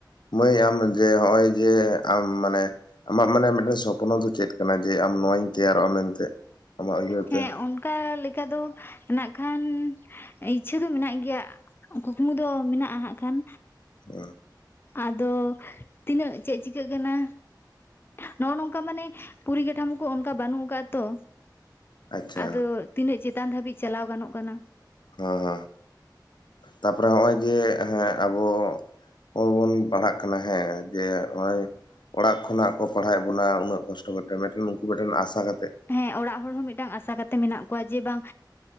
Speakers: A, on the left; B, on the left.
A: ᱢᱟᱹᱭ ᱟᱢ ᱡᱮ ᱦᱚᱜ-ᱚᱭ ᱡᱮ ᱟᱢ ᱢᱟᱱᱮ ᱟᱢᱟᱜ ᱢᱟᱱᱮ ᱢᱤᱫᱴᱮᱱ ᱥᱚᱯᱱᱚ ᱫᱚ ᱪᱮᱫ ᱠᱟᱱᱟ ᱡᱮ ᱟᱢ ᱱᱚᱣᱟᱧ ᱛᱮᱭᱟᱨᱚᱜᱼᱟ ᱢᱮᱱᱛᱮ ᱟᱢᱟᱜ ᱩᱭᱦᱟᱹᱨ
B: ᱦᱮᱸ
A: ᱛᱮ
B: ᱚᱱᱠᱟ ᱞᱮᱠᱟ ᱫᱚ ᱱᱟᱜ ᱠᱷᱟᱱ ᱤᱪᱪᱷᱟᱹ ᱦᱚ ᱢᱮᱱᱟᱜ ᱜᱮᱭᱟ ᱠᱩᱠᱢᱩ ᱫᱚ ᱢᱮᱱᱟᱜᱼᱟ ᱦᱟᱸᱜ ᱠᱷᱟᱱ
A: ᱦᱮᱸ
B: ᱟᱫᱚ ᱛᱤᱱᱟᱹᱜ ᱪᱮᱫ ᱪᱤᱠᱟᱹᱜ ᱠᱟᱱᱟ ᱱᱚᱜᱼᱚ ᱱᱚᱝᱠᱟ ᱢᱟᱱᱮ ᱯᱚᱨᱤ ᱠᱟᱴᱷᱟᱢ ᱠᱚ ᱚᱱᱠᱟ ᱵᱟᱹᱱᱩᱜ ᱟᱠᱟᱜ ᱫᱚ
A: ᱟᱪᱪᱷᱟ
B: ᱟᱫᱚ ᱛᱤᱱᱟᱹᱜ ᱪᱮᱛᱟᱱ ᱫᱷᱟᱹᱵᱤᱡ ᱪᱟᱞᱟᱣ ᱜᱟᱱᱚᱜ ᱠᱟᱱᱟ
A: <unintelligible> ᱛᱟᱯᱚᱨᱮ ᱦᱚᱜᱼᱚᱭ ᱡᱮ ᱦᱮᱸ ᱟᱵᱚ <unintelligible> ᱵᱚᱱ ᱯᱟᱲᱦᱟᱜ ᱠᱟᱱᱟ ᱦᱮᱸ ᱡᱮ ᱦᱚᱜᱼᱚᱭ ᱚᱲᱟᱜ ᱠᱷᱚᱱᱟᱜ ᱠᱚ ᱯᱟᱲᱦᱟᱣᱮᱫ ᱵᱚᱱᱟ ᱩᱱᱟᱹᱜ ᱠᱚᱥᱴᱚ ᱠᱟᱛᱮ ᱢᱤᱫᱴᱮᱱ ᱩᱱᱠᱩ ᱢᱤᱫᱴᱮᱱ ᱟᱥᱟ ᱠᱟᱛᱮ
B: ᱦᱮᱸ ᱚᱲᱟᱜ ᱦᱚᱸ ᱢᱤᱫᱴᱟᱝ ᱟᱥᱟ ᱠᱟᱛᱮ ᱢᱮᱱᱟᱜ ᱠᱚᱣᱟ ᱡᱮ ᱵᱟᱝ